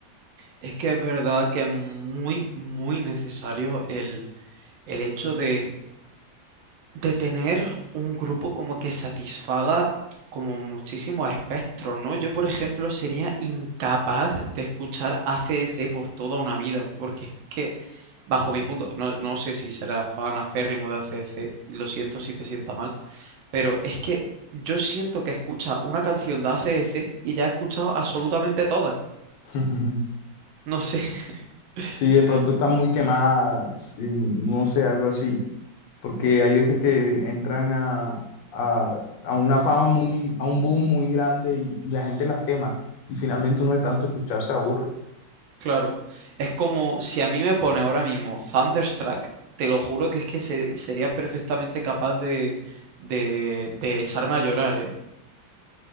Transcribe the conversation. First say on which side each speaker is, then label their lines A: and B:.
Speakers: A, on the right; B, on the left.
A: Es que es verdad que es muy, muy necesario el, el hecho de, de tener un grupo como que satisfaga como muchísimos espectros, ¿no? Yo, por ejemplo, sería incapaz de escuchar ACDC por toda una vida, porque es que, bajo mi punto, no, no sé si será fan aférrimo de ACDC, y lo siento si te sienta mal, pero es que yo siento que escucha una canción de ACDC y ya he escuchado absolutamente todas,
B: <laughs>
A: no sé. <laughs>
B: Si de pronto están muy quemadas, y no sé, algo así. porque hay veces que entran a, a- a una fama muy, a un boom muy grande y, y la gente las quema y finalmente uno de tanto escuchar se aburre.
A: Claro, es como si a mí me pone ahora mismo Thunderstruck, te lo juro que es que se- sería perfectamente capaz de, de, de echarme a llorar, ¿eh?